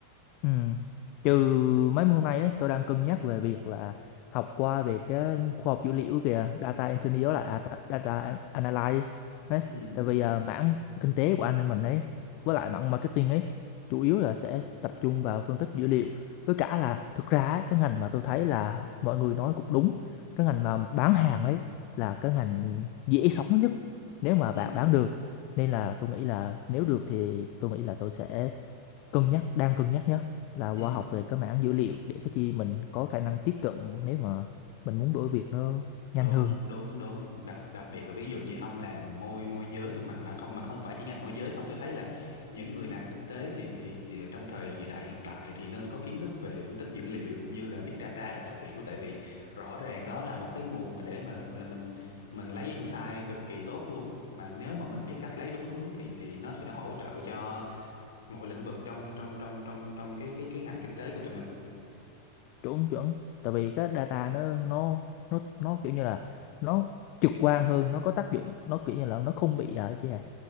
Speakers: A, on the left (about 45°); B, on the left (about 65°).
A: Ừ. Trừ mấy hôm nay ấy, tôi đang cân nhắc về việc là học qua về cái khoa học dữ liệu kìa, data engineer là à, ta- data analyst đấy
B: ừ
A: Tại vì à, mảng kinh tế của anh em mình ấy với lại mảng marketing ấy chủ yếu là sẽ tập trung vào phân tích dữ liệu với cả là thực ra ấy, cái ngành mà tôi thấy là mọi người nói cũng đúng cái ngành mà bán hàng ấy là cái ngành dễ sống nhất nếu mà bạn
B: ừ
A: bán được nên là tôi nghĩ là nếu được thì tôi nghĩ là tôi sẽ cân nhắc đang cân nhắc nhé là qua
B: ừ
A: học về cái mảng dữ liệu để có chi mình có khả năng tiếp cận nếu mà mình muốn đổi việc nó
B: đúng
A: nhanh hơn
B: đúng đúng đặc, đặc biệt là ví dụ như ông làm môi môi giới thì mà mà không mà không phải chỉ ngành môi giới không tôi thấy là những người làm kinh tế thì thì trong thời đại hiện tại thì nên có kiến thức về phân tích dữ liệu cũng như là big data rồi các kiểu tại vì rõ ràng đó là một cái nguồn mà để mà gọi là mình mình lấy insight cực kỳ tốt luôn mà nếu mà mình biết cách lấy đúng hướng thì thì nó sẽ hỗ trợ cho mọi lĩnh vực trong trong trong trong trong cái cái cái ngành kinh tế của tụi mình
A: chuẩn chuẩn tại vì cái data nó nó nó nó kiểu như là nó trực quan hơn nó có tác dụng nó kiểu như là nó không bị à, gì à,